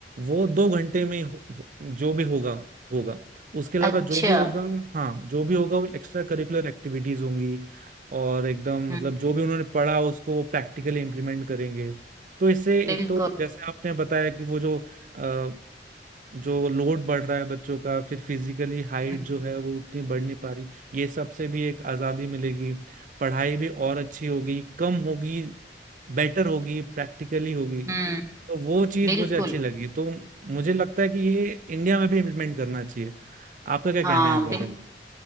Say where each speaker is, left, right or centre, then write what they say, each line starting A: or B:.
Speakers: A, on the right; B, on the right.
A: वो दो घंटे में ही हो, हो- जो भी होगा होगा उसके अलावा
B: अच्छा
A: जो भी होगा हाँ जो भी होगा वो एक्स्ट्रा करिकुलर एक्टिविटीज होंगी और एकदम
B: हम्म,
A: मतलब जो भी उन्होंने पढ़ा उसको वो प्रैक्टिकली इम्प्लीमेंट करेंगे तो इससे एक
B: बिल्कुल
A: तो जैसे आपने बताया कि वो जो अ, जो लोड बढ़ रहा है बच्चों का फिर फिजिकली हाइट
B: हम्म
A: जो है वो उतनी बढ़ नहीं पा रही ये सब से भी एक आज़ादी मिलेगी पढ़ाई भी और अच्छी होगी कम होगी बेटर होगी प्रैक्टिकली होगी
B: हम्म,
A: तो वो चीज़
B: बिल्कुल
A: मुझे अच्छी लगी तो मुझे लगता है कि ये इंडिया में भी इम्प्लीमेंट करना चाहिए आपका क्या कहना
B: हाँ
A: है इस बारे
B: बिल्कुल
A: में